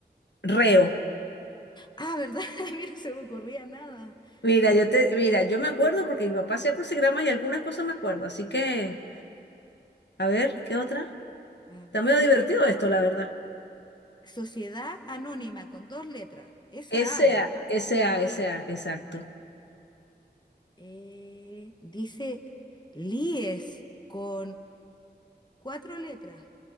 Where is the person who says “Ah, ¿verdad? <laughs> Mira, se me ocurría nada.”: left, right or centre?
Left